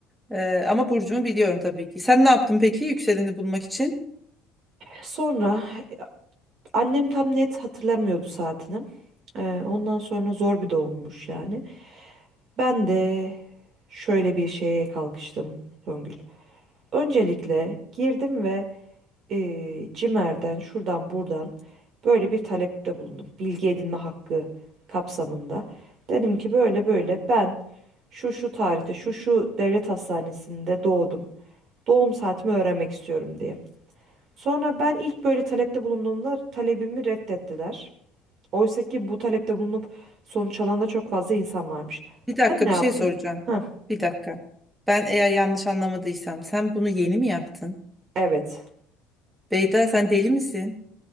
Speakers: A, in the centre; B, on the right.
A: Ee, ama burcumu biliyorum tabii ki. Sen ne yaptın peki yükseleni bulmak için?
B: Sonra annem tam net hatırlamıyordu saatini. E, ondan sonra zor bir doğummuş yani. Ben de şöyle bir şeye kalkıştım Songül. Öncelikle girdim ve eee CİMER'den şuradan buradan böyle bir talepte bulundum. Bilgi edinme hakkı kapsamında. Dedim ki böyle böyle ben şu şu tarihte şu şu devlet hastanesinde doğdum. Doğum saatimi öğrenmek istiyorum diye. Sonra ben ilk böyle talepte bulunduğumda talebimi reddettiler. Oysa ki bu talepte bulunup sonuç alan da çok fazla insan varmış.
A: Bir dakika
B: Ben ne
A: bir
B: yaptım?
A: şey soracağım.
B: Heh,
A: Bir dakika. Ben eğer yanlış anlamadıysam sen bunu yeni mi yaptın?
B: evet.
A: Beyda sen deli misin?